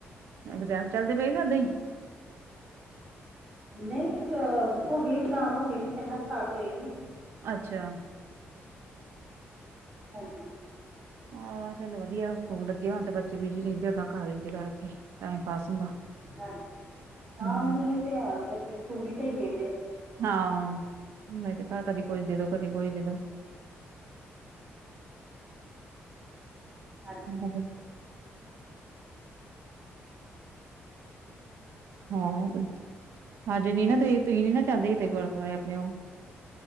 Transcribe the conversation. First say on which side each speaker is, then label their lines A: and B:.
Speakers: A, on the right; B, on the right.
A: ਐਗਜਾਮ ਚੱਲਦੇ ਪਏ ਨੇ ਓਦਾਂ ਈ।
B: ਨਈਂ ਅ ਹੋ ਗਏ ਐਗਜਾਮ ਹੋਗੇ ਨੀ ਪੈਲਾਂ ਸਟਾਟ ਹੋਏਗੀ।
A: ਅੱਛੇਆ।
B: ਹਾਂਜੀ।
A: ਹਾਂ ਚੱਲ ਵਦੀਆ ਸਕੂਲ ਲੱਗੇ ਹੋਨ ਤੇ ਬੱਚੇ ਵੀ ਬਿਜੀ ਰੈਂਦੇ ਆ ਘਰ ਵੀ ਇਥੇ ਕੇਵੜਾ ਟਾਈਮ ਪਾਸ ਹੁੰਦਾ।
B: ਹਾਂਜੀ, ਹਾਂ
A: ਹੂੰ
B: ਨਈ ਏ ਤੇ ਹੈ ਬੱਚੇ ਸਕੂਲ ਈ ਸਈ ਰੈਂਦੇ ਐ।
A: ਹਾਂ ਤੇ ਘਰ ਕਦੀ ਕੁਝ ਦੇਦੋ ਕਦੀ ਕੁਝ ਦੇਦੋ।
B: ਹਾਂਜੀ
A: <inaudible> ਹਾਂ ਕੋ, ਹਜੇ ਨੀ ਨਾ ਤੁਸੀਂ-ਤੁਸੀਂ ਨੀ ਨਾ ਚਾਂਦੇ ਸੀ ਤੇ ਗੁਰਦੁਆਰੇ ਆਪਨੇ ਓ